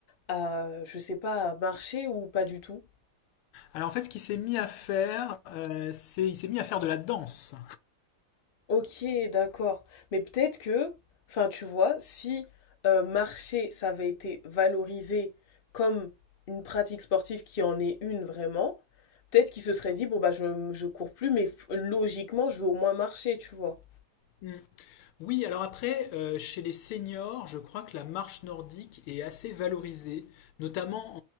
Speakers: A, on the left (about 65°); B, on the left (about 80°).
A: à, je sais pas, à marcher ou pas du tout.
B: Alors en fait, ce qu'il s'est mis à faire, euh, c'est il s'est mis à faire de la danse.
A: Ok, d'accord. Mais peut-être que, enfin, tu vois, si euh, marcher, ça avait été valorisé comme une pratique sportive qui en est une vraiment, peut-être qu'il se serait dit, bon, bah, je, je cours plus, mais f- logiquement, je veux au moins marcher, tu vois.
B: Mm. Oui, alors après, euh, chez les seniors, je crois que la marche nordique est assez valorisée, notamment